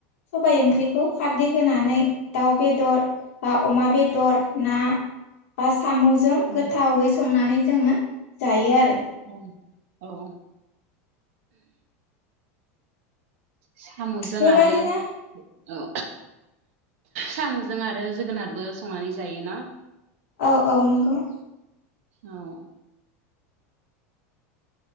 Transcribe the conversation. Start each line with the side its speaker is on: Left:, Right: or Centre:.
Left: सबाय ओंख्रिखौ खारदै होनानै दाउ बेदर बा अमा बेदर ना बा सामुस जों
Right: औ
Left: गोथावावै संनानै जोङो जायो आरो।
Right: औ औ। साम'जों
Left: बेबायदिनो
Right: आरो औ। साम'जों आरो जोगोनारबो संनानै जायो ना।
Left: औ औ नंगौ।
Right: औ